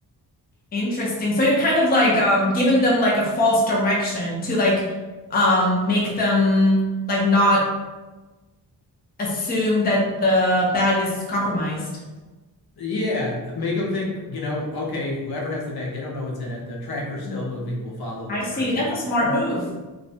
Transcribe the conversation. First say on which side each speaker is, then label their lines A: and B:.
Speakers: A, on the left (about 25°); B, on the left (about 65°).
A: Interesting. So you're kind of like
B: <laughs>
A: um giving them like a false direction to like um make them like not assume that the bag is compromised.
B: Yeah, make them think, you know, okay, whoever has the bag, they don't know what's in it. The tracker's still
A: Mhm.
B: moving, we will follow this
A: I see.
B: person.
A: That's a smart
B: M-
A: move.